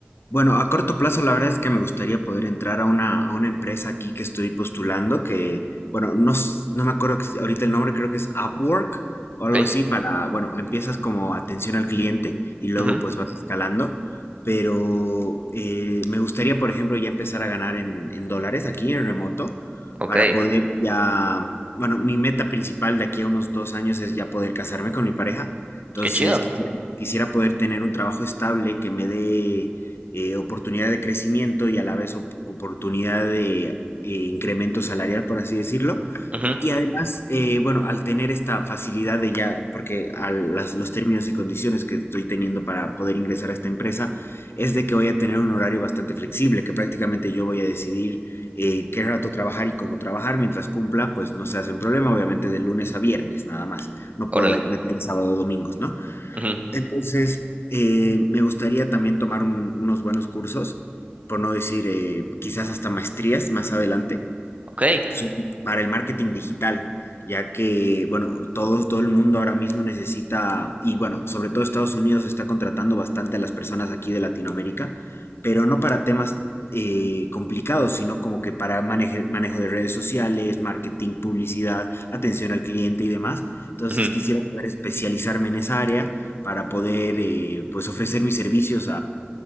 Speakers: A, on the left; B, on the right.
A: Bueno, a corto plazo la verdad es que me gustaría poder entrar a una, a una empresa aquí que estoy postulando, que, bueno, no, s- no me acuerdo ex- ahorita el nombre, creo que es Upwork o algo
B: ok,
A: así, para, bueno, empiezas como atención al cliente y luego
B: ujú,
A: pues vas escalando, pero eh, me gustaría, por ejemplo, ya empezar a ganar en, en dólares aquí en remoto
B: ok,
A: para poder ya, bueno, mi meta principal de aquí a unos dos años es ya poder casarme con mi pareja, entonces
B: qué chido,
A: quisiera, quisiera poder tener un trabajo estable que me dé eh, oportunidad de crecimiento y a la vez op oportunidad de eh, incremento salarial, por así decirlo.
B: ujú,
A: Y además, eh, bueno, al tener esta facilidad de ya, porque a las, los términos y condiciones que estoy teniendo para poder ingresar a esta empresa, es de que voy a tener un horario bastante flexible, que prácticamente yo voy a decidir eh, qué rato trabajar y cómo trabajar, mientras cumpla, pues no se hacen problema, obviamente de lunes a viernes, nada más. No
B: órale,
A: puedo meterle sábado o domingos, ¿no?
B: ujú,
A: Entonces, eh, me gustaría también tomar un- unos buenos cursos, por no decir eh, quizás hasta maestrías más adelante,
B: ok,
A: so- para el marketing digital, ya que, bueno, todos, todo el mundo ahora mismo necesita, y bueno, sobre todo Estados Unidos está contratando bastante a las personas aquí de Latinoamérica, pero no para temas eh, complicados, sino como que para maneje- manejo de redes sociales, marketing, publicidad, atención al cliente y demás. Entonces
B: ujú,
A: quisiera poder especializarme en esa área para poder, eh, pues, ofrecer mis servicios